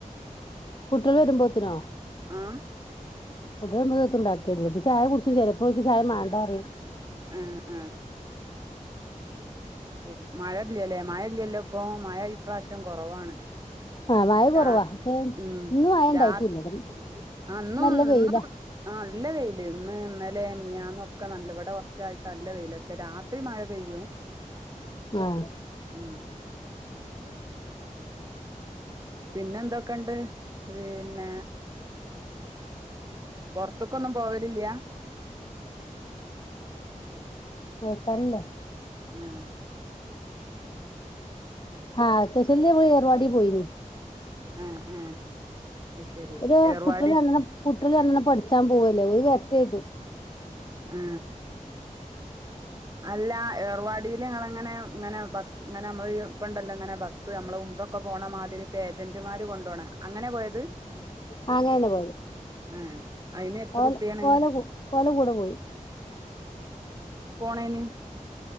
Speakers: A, on the left; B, on the right.
A: കുട്ടിള് വരുമ്പോത്തിനോ?
B: ആഹ്
A: കുട്ടിള് വരുമ്പോ എത്തു ഇണ്ടാക്കൽല്ല ഓൽക്ക് ചായ കുടിച്ചു ചെലേപ്പ ഓൽക്ക് ചായ മാ ണ്ടറിയിൻ
B: ഉം ഉം ശെരി മഴ ഇല്ലല്ലേ മഴ ഇല്ലല്ലോ ഇപ്പം. മഴ ഈപ്രാവശ്യം കൊറവാണ്.
A: ആഹ് മഴ
B: രാ
A: കുറവാ പക്ഷെ
B: ഉം
A: ഇന്ന് മഴ ഇണ്ടായിട്ടുല്ല
B: രാത് ആ ഇന്നു
A: നല്ല
B: ഇന്നു
A: വെയിലാ
B: ആ നല്ല വെയിലെ ഇന്ന്, ഇന്നലെ, മി നിയാന ഒക്കെ നല്ലവിടെ ഉച്ചായിട്ട് അല്ല പെയ്യല്ല പക്ഷെ രാത്രി മഴ പെയ്യും
A: ആഹ്
B: ഉം പിന്നെ എന്തൊക്ക ഇണ്ട് പിന്നെ പുൊറത്തക്കൊ ഒന്നും പോവലില്ലയാ
A: വേക്കല്ലേ
B: ആഹ
A: ആഹ കശല് ഏർവാടി പോയിന്
B: ആ ആ അത് ശരി
A: ഇ
B: ഏർവാടി
A: കുട്ടികള കുട്ടികള എണണം പഠിച്ചാൻ പോവല്ലേ വരത്ത ചെയതു
B: ആ അല്ല ഏർവാടിൽ ഇങ്ങനെ ഇങ്ങനെ ബസ് ഇങ്ങനെ നമ്മള് ഇപ്പ ഉണ്ടല്ലോ ഇങ്ങനെ ബസ് നമ്മള ഉ പോണ മാതിരിപ്പ ഏജന്റുമാര് കൊണ്ട പോണം അങ്ങനെ പോയ അത്
A: ആ അങ്ങനെ തന്നെ പോയത്
B: ആ അയിന് എത്ര
A: ഓല
B: റുപ്യാണ്
A: കോഓല കോല കൂടെ പോയി
B: പോണ നി